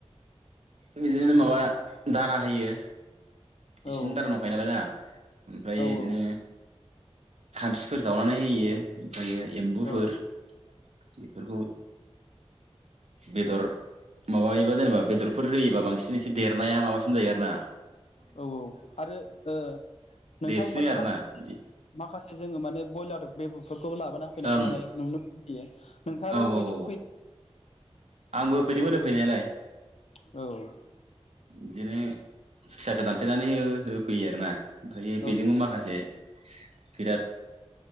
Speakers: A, on the right (about 75°); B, on the left (about 75°).
A: बिदिनो माबा दाना होयो इसिनि
B: औ
A: दानाव नालाय दा ओमफ्राय
B: औ
A: बिदिनो
B: औ
A: खानस्रिफोर जावनानै होयो। होयो एम्बुफोर
B: औ
A: बेफोरखौ बेदर माबायोबा जेनेबा बेदरफोर होयोबा बांसिन एसे देरनाया माबासिन जायो आरोना
B: औ औ आरो ओ नोंथां
A: देरसिनो
B: माने
A: आरोना
B: मा
A: बिदि
B: माखासे जोङो माने ब्रयलार बेबुफोरखौबो लाबोना होैनायखौ
A: ओं
B: माने नुनों <unintelligible> फोयो नोंथाङाबो
A: औ
B: बेबायदि
A: औ
B: होफैयो
A: आंबो होफैदोंमोन होफैनायालाय
B: औ
A: बिदिनो फिसखौ दानफेनानै हो होफैयो आरो ना। ओमफ्रायो
B: औ
A: बेजोंबो माखासे बिराद